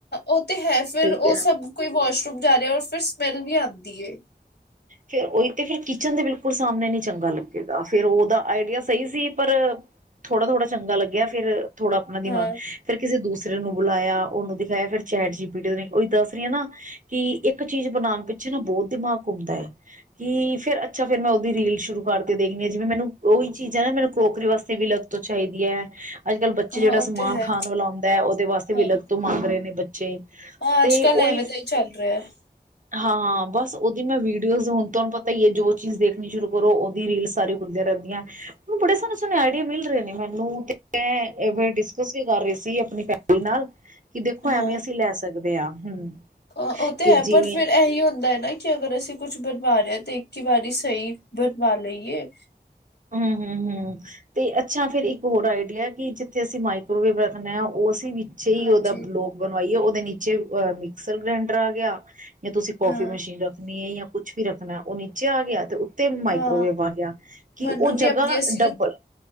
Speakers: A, on the left (about 80°); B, on the right (about 50°).
A: ਉਹ ਤੇ ਹੈ ਫਿਰ
B: ਠੀਕ
A: ਉਹ
B: ਹੈ ਨਾ
A: ਸਭ ਕੋਈ ਵਾਸ਼ਰੂਮ ਜਾ ਰਿਹਾ, ਫਿਰ ਸਮੈਲ ਵੀ ਆਉਂਦੀ ਏ।
B: ਫਿਰ ਉਹੀ ਤੇ ਫਿਰ ਕਿਚਨ ਦੇ ਬਿਲਕੁਲ ਸਾਹਮਣੇ ਨਹੀਂ ਚੰਗਾ ਲੱਗੇਗਾ, ਫਿਰ ਉਹਦਾ ਆਈਡੀਆ ਸਹੀ ਸੀ ਪਰ ਥੋੜਾ- ਥੋੜਾ ਚੰਗਾ ਲੱਗਿਆ, ਫਿਰ ਥੋੜ੍ਹਾ ਆਪਣਾ ਦਿਮਾਗ
A: ਹਾਂ
B: ਫਿਰ ਕਿਸੇ ਦੂਸਰੇ ਫਿਰ ਉਹ ਨੂੰ ਬੁਲਾਇਆ, ਉਹਨੂੰ ਦਿਖਾਇਆ, ਫਿਰ ਚੈਟ ਜੀ ਪੀ ਟੀ ਨੇ, ਉਹੀ ਦੱਸ ਰਹੀਆਂ ਨਾ ਕਿ ਇੱਕ ਚੀਜ਼ ਬਣਾਉਣ ਪਿੱਛੇ ਨਾ, ਬਹੁਤ ਦਿਮਾਗ ਘੁੰਮਦਾ ਏ। ਕਿ ਫੇਰ ਅੱਛਾ ਫੇਰ ਮੈਂ ਉਹਦੀ ਰੀਲ ਸ਼ੁਰੂ ਕਰਕੇ ਦੇਖਣੀ ਹਾਂ, ਜਿਵੇਂ ਮੈਨੂੰ ਉਹੀ ਚੀਜ਼ ਹੈ ਨਾ ਮੈਨੂੰ ਕਰੋਕਰੀ ਵਾਸਤੇ ਵੀ ਲੱ ਤੋਂ ਚਾਹੀਦੀ ਆ ਅੱਜ ਕੱਲ੍ਹ ਬੱਚੇ
A: ਹਾਂ
B: ਜਿਹੜਾ
A: ਉਹ
B: ਸਮਾਨ
A: ਤੇ ਹੈ
B: ਖਾਣ ਵਾਲਾ ਆਉਂਦਾ ਹੈ, ਉਹਦੇ ਵਾਸਤੇ
A: ਹਾਂ
B: ਵੀ ਲਗ ਤੋਂ ਮੰਗ ਰਹੇ ਨੇ ਬੱਚੇ
A: ਹਾਂ
B: ਤੇ
A: ਅੱਜ ਕੱਲ੍ਹ
B: ਉਹੀ,
A: ਐਵੇਂ ਦਾ ਹੀ ਚੱਲ ਰਿਹਾ ਹੈ
B: ਹਾਂ ਬਸ। ਉਹਦੀ ਮੈਂ ਵੀਡੀਓਜ਼ ਹੁਣ ਤੁਹਾਨੂੰ ਪਤਾ ਹੀ ਹੈ ਜੋ ਚੀਜ਼ ਦੇਖਣੀ ਸ਼ੁਰੂ ਕਰੋ ਉਹਦੀਆਂ ਰੀਲ ਸਾਰੀ ਖੁੱਲਦੀਆਂ ਰਹਿੰਦੀਆਂ। ਬੜੇ ਸੋਹਣੇ- ਸੋਹਣੇ ਆਈਡੀਆ ਮਿਲ ਰਹੇ ਨੇ ਮੈਨੂੰ, ਤੇ ਐ ਫਿਰ ਡਿਸਕਸ ਵੀ ਕਰ ਰਹੀ ਸੀ ਆਪਣੀ ਫੈਮਲੀ ਨਾਲ, ਕਿ ਦੇਖੋ ਐਵੇਂ
A: ਹਾਂ
B: ਅਸੀਂ ਲੈ ਸਕਦੇ ਸਕਦੇ ਆ, ਹਮ।
A: ਉਹ ਤੇ
B: ਕਿ
A: ਹੈ
B: ਜਿਵੇਂ
A: ਪਰ ਫਿਰ ਇਹੀ ਹੁੰਦਾ ਹੈ। ਕਿ ਅਗਰ ਅਸੀਂ ਕੁਛ ਬਣਵਾ ਰਹੇ ਹਾ, ਤੇ ਇੱਕ ਹੀ ਵਾਰੀ ਸਹੀ ਬਣਵਾ ਲਈਏ।
B: ਹਮ -ਹਮ- ਹਮ। ਤੇ ਅੱਛਾ, ਫੇਰ ਇੱਕ ਹੋਰ ਆਈਡੀਆ ਕਿ ਜਿੱਥੇ ਅਸੀਂ ਮਾਈਕਰੋਵੇਵ ਰੱਖਦੇ ਆ, ਉਹ ਅਸੀਂ ਵੀ ਪਿੱਛੇ ਹੀ
A: ਹਾਂਜੀ
B: ਉਹਦਾ ਬਲੋਗ ਬਣਵਾਈਏ, ਉਹਦੇ ਨੀਚੇ ਅਹ ਮਿਕਸਰ ਗ੍ਰੈਂਡਰ ਆ ਗਿਆ। ਜਾਂ ਤੁਸੀਂ ਕਾਫੀ
A: ਹਾਂ
B: ਮਸ਼ੀਨ ਰੱਖਣੀ ਹੈ, ਜਾਂ ਕੁਛ ਵੀ ਰੱਖਣਾ, ਉਹ ਨੀਚੇ ਆ ਗਿਆ ਤੇ ਉ ਤੇ ਮਾਈਕ੍ਰੋਵੇਵ
A: ਹਾਂ
B: ਆ ਗਿਆ, ਕਿ
A: ਮੈਨੂੰ
B: ਉਹ
A: ਵੀ
B: ਜਗ੍ਹਾ
A: ਆਪਣੀ ਅਸੀਂ
B: ਡਬਲ
A: ਜੋ